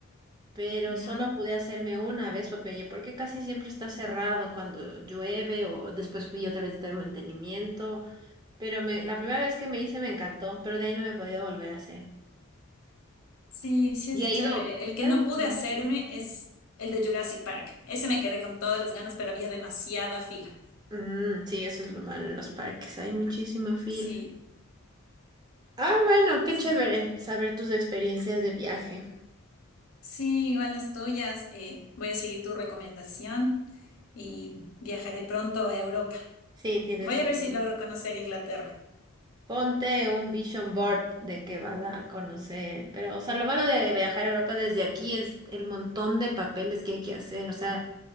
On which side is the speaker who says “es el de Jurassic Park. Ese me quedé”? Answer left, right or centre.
Left